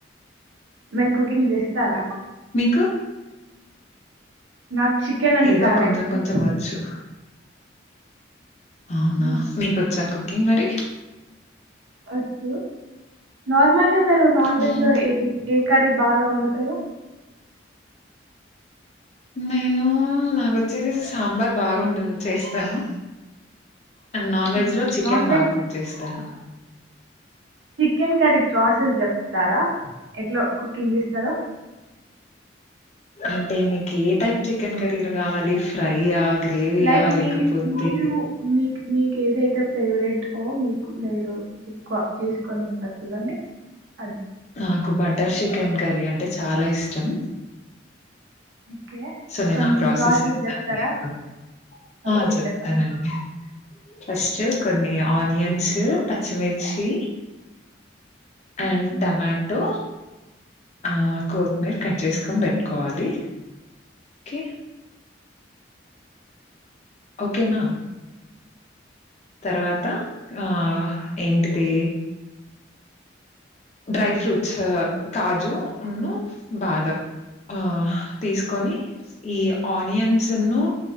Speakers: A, on the right; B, on the left.
A: మీరు కుకింగ్ చేస్తారా
B: మీకు
A: నాకు చికెన్ అంటే
B: ఏదో
A: చాలా
B: కొంచెం
A: ఇష్టం
B: కొంచెం వచ్చు. అవునా
A: మ్మ్.
B: మీకొచ్చా కుకింగ్ మరి
A: వచ్చు నార్మల్గా మీరు నాన్
B: హ్మ్
A: వెజ్ లో ఏ ఏ కర్రీ బాగా వండుతారు
B: నేను నాకోచ్చేసి సాంబార్ బాగుండదు చేస్తాను అండ్ నాన్ వెజ్
A: ఓకే.
B: లో చికెన్
A: నాన్ వెజ్
B: బాగా కుక్ చేస్తాను
A: చికెన్ కర్రీ ప్రాసెస్ చెప్తారా ఎట్లా కుకింగ్ చేస్తారో
B: అంటే మీకు ఏ టైప్ చికెన్ కర్రీలు కావాలి ఫ్రైయా గ్రేవీయా
A: లైక్
B: లేకపోతే
A: మీ మీరు మీకు మీకు ఏదైతే ఫేవరెట్ ఓ మీకు మీరు ఎక్కువ తీసుకొని ఉంటారు చూడండి అది
B: నాకు బటర్ చికెన్ కర్రీ అంటే చాలా ఇష్టం
A: ఓకే
B: సరే
A: కొంచెం
B: నా ప్రాసెస్ చెప్తాను
A: చెప్తారా
B: మీకు
A: ఓకే
B: ఆ చెప్తానండి
A: చెప్పండి
B: ఫస్ట్ కొన్ని ఆనియన్స్ పచ్చిమిర్చి అండ్
A: ఓకే
B: టమాటో ఆ కొత్తిమీర కట్ చేసుకొని పెట్టుకోవాలి ఓకే ఓకేనా తర్వాత ఆ ఏంటిది డ్రై ఫ్రూట్స్ కాజున్ను బాదం ఆ తీసుకొని ఈ ఆనియన్స్ ను